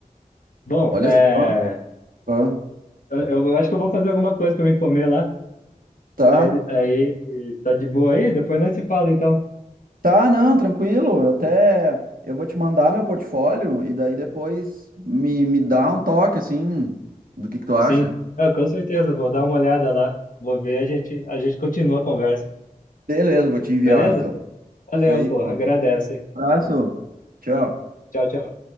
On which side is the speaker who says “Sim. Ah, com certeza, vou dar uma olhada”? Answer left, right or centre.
Left